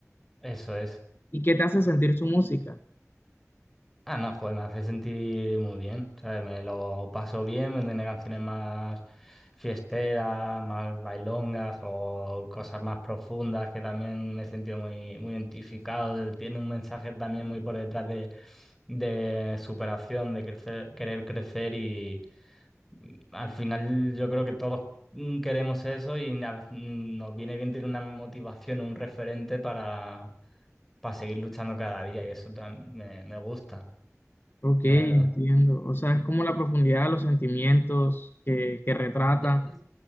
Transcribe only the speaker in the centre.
eso es.
Ah, no, joder, me hace sentir muy bien, ¿sabes? Me lo paso bien, me tiene canciones más fiesteras, más bailongas o cosas más profundas que también me he sentido muy, muy identificado. Él Tiene un mensaje también muy por detrás de, de superación, de crecer, querer crecer y mm, al final yo creo que todos mm, queremos eso y a vez- mm, nos viene bien tener una motivación, un referente para, para seguir luchando cada día y eso tam- me me gusta
la
verdad.
Es-